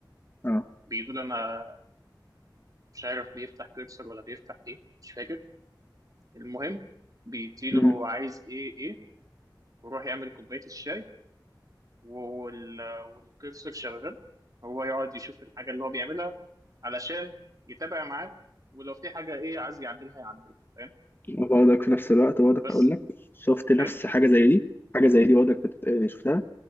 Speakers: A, on the left; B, on the right.
A: اه
B: بيقول انا مش عارف بيفتح كيرسر ولا بيفتح ايه مش فاكر المهم بيديله
A: مم.
B: هو عايز ايه ايه ويروح يعمل كوبايه الشاي وال... والكرسور شغال هو يقعد يشوف الحاجة اللي هو بيعملها علشان يتابع معاه ولو في حاجة إيه عايز يعدلها يعدلها فاهم
A: وبرضك في نفس الوقت برضك
B: بس
A: هقول لك شفت نفس
B: إيه
A: حاجة زي دي حاجة زي دي برضك بت- آه، شفتها